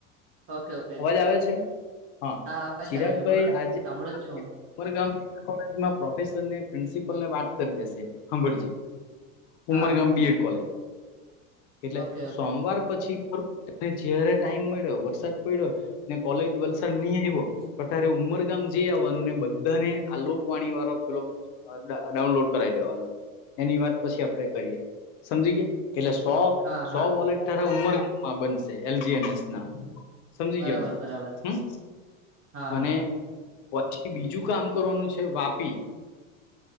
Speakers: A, on the right; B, on the left.
A: ઓકે ઓકે
B: અવાજ આવે છે હા
A: આવે
B: ચિરાગભાઈ
A: છે આવે છે બોલો ને
B: આજે
A: સાંભળો જ છું હું
B: ઉમરગામ લેજમાં પ્રોફેસરને પ્રિન્સિપલ ને વાત કરી દેશે હાંભળ જે
A: હા
B: ઉમરગામ
A: હા
B: બીએડ કોલેજ એટલે
A: ઓકે ઓકે
B: સોમવાર પછી જ્યાંરે ટાઈમ મળ્યો વરસાદ પયડો ને કોલેજ વલસાડ ની આયવો પતારે ઉમરગામ જઈ આવવાનું ને બધાને આ લોકવાણી વારો પેલો ડાઉનલોડ કરાવી દેવાનો એની વાત પછી આપડે કરીએ સમજી ગીયા એટલે સો
A: હા
B: સો
A: હા
B: વોલેટ તારા ઉમરગામમાં બનશે એલજી એન એસ ના સમજી
A: બરાબર
B: ગયો ને
A: બરાબર
B: હમ્મ
A: હા
B: અને
A: હા
B: વલ પછી બીજું કામ કરવાનું છે વાપી